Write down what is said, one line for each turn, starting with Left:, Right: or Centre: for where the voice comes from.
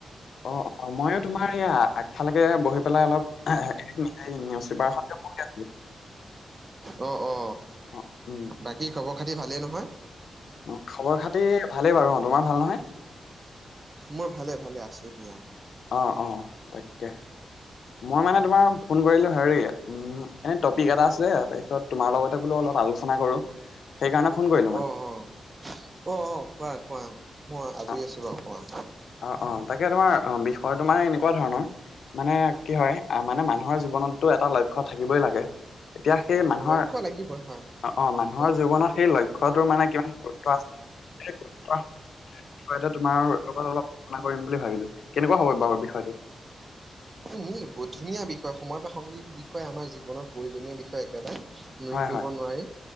Left: অ', অ, মইয়ো তোমাৰ এইয়া আগফালেকে বহি পেলাই অলপ, নিউজ পেপাৰ খনকে পঢ়ি আছিলো। <inaudible>
Right: অ', অ,
Left: অ উম
Right: বাকি খবৰ খাতি ভালেই নহয়?
Left: অ', খবৰ খাতি ভালেই বাৰু অ, তোমাৰ ভাল নহয়?
Right: মোৰ ভালে ভালে আছো দিয়া।
Left: অ', অ, তাকে। মই মানে তোমাৰ ফোন কৰিলো হেৰি উম, এ টপিক এটা আছিলে তাৰপিছত তোমাৰ লগতে বোলো অলপ আলোচনা কৰো। <inaudible> সেইকাৰণে ফোন কৰিলোঁ।
Right: অ', অ, অ, অ, কোৱা কোৱা মই আজৰি
Left: অ
Right: আছো বাৰু কোৱা।
Left: অ', অ, তাকে তোমাৰ অ, বিষয়টো মানে এনেকুৱা ধৰণৰ, মানে কি হয় আহ মানে মা <unintelligible> জীৱনতটো এটা লক্ষ্য থাকিবই লাগে। এতিয়া সেই মানুহৰ,
Right: লক্ষ্য লাগিব হয়
Left: অ, অ, মানুহৰ
Right: হয়
Left: জীৱনত সেই লক্ষ বিষয়টোৰ মানে কিমান গুৰুত্ব আছে, সেই গুৰুত্বৰ বিষয়টো তোমাৰ লগত অলপ আলোচনা কৰিম বুলি ভাবিলোঁ, কেনেকুৱা হব বাৰু বিষয়টো?
Right: উম, উম, বহুত ধুনীয়া বিষয় সময় প্ৰাসংগিক বিষয়ে আমাৰ জীৱনত প্ৰয়োজনীয় বিষয় একেবাৰে। <unintelligible>
Left: হয়
Right: কৰিব
Left: হয়
Right: নোৱাৰি,